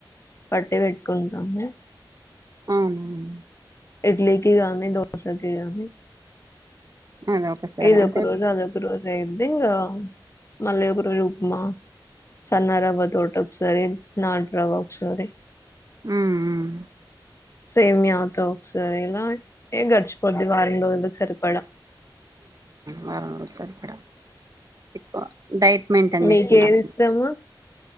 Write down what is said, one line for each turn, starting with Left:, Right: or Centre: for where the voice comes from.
Left: పట్టి పెట్టుకుంటాము
Right: అవునవును
Left: ఇడ్లి కి గానీ దోశ కి గానీ
Right: అదే ఒకసారి
Left: ఇదోక
Right: అంటే
Left: రోజు అదొక రోజు దేంది ఇగా మళ్ళీ ఒక రోజు ఉప్మా సన్నరవ్వ తోటి ఒకసారి నాటు రవ్వ ఒకసారి
Right: హ్మ్ మ్మ్
Left: సేమియా తొ ఒకసారి ఇల ఎ గడిచిపోద్ది వరం రోజులకి సరిపడా
Right: వారం రోజులు సరిపడా ఎక్కువ డైట్ మెయింటైన్
Left: మీకేది
Right: చేస్తున్నారమ్మ
Left: ఇస్టము